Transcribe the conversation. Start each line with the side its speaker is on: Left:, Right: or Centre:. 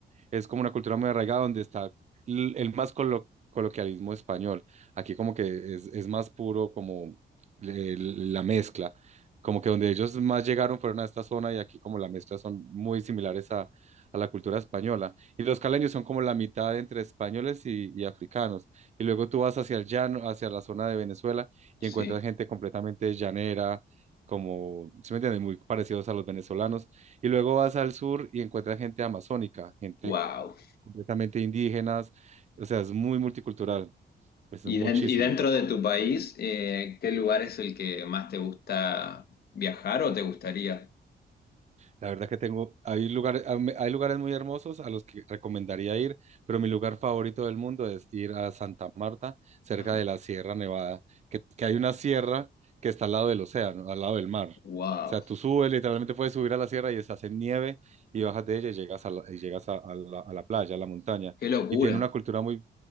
Right: es como una cultura muy arraigada donde está l- el más colo- coloquialismo español. Aquí como que es, es más puro como el- la mezcla, como que donde ellos más llegaron fueron a esta zona y aquí como la mezcla son muy similares a, a la cultura española. Y los caleños son como la mitad entre españoles y, y africanos. Y luego tú vas hacia el llano, hacia la zona de Venezuela y
Left: sí,
Right: encuentras gente completamente llanera. como, ¿sí me entiendes? Muy parecidos a los venezolanos. Y luego vas al sur y encuentras gente amazónica, gente
Left: wow.
Right: completamente indígenas, o sea, es muy multicultural, es
Left: Y,
Right: muchísimo.
Left: den- y dentro de tu país, eh, ¿qué lugar es el que más te gusta viajar o te gustaría?
Right: La verdad que tengo, hay lugares, hay lugares muy hermosos a los que recomendaría ir, pero mi lugar favorito del mundo es ir a Santa Marta, cerca
Left: Ajá.
Right: de la Sierra Nevada, que, que hay una sierra que está al lado del océano, al lado del mar. O
Left: Wow,
Right: sea, tú subes, literalmente puedes subir a la sierra y estás en nieve y bajas de ella y llegas a la, y llegas a, a la, a la playa, a la montaña.
Left: qué locura,
Right: Y tiene una cultura muy,